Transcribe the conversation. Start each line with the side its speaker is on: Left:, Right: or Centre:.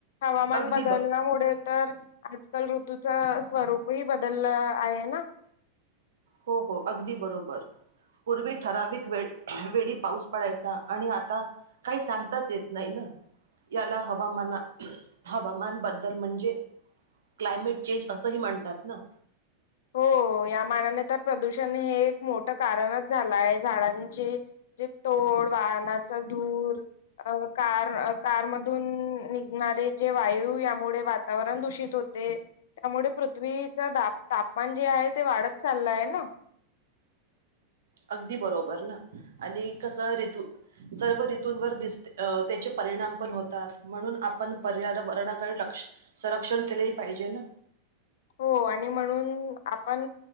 Left: हवामान
Right: अगदी
Left: बदलण्यामुडे
Right: ब
Left: तर आजकाल ऋतूचा स्वरूपही बदललं आहे ना.
Right: हो-हो अगदी बरोबर. पूर्वी ठराविक वेळ वेडी पाऊस पडायचा, आणि आता काही सांगताच येत नाही ना. याला हवामाना हवामानबद्दल म्हणजे क्लायमेट चेंज असंही म्हणतात ना.
Left: हो या मानाने तर प्रदूषण हे एक मोठं कारणच झालाय झाडांचे जे टो ओड वाहनाचा धूर. अ कार कारमधून निघणारे जे वायू यामुडे वातावरण दूषित होत् ते त्यामुळे पृथ्वीच दाप तापमान जे आहे ते वाढत चाललं आहे ना‌.
Right: अगदी बरोबर ना, आणि कसं ऋतु सर्व ऋतुंवर दिसते अं त्याचे पा परिणाम पण होतात म्हणून आप‌. ण पर्यारवरणा कडे लक्ष्य संरक्षण केलेही पाहिजे ना
Left: हो आणि म्हणून आपण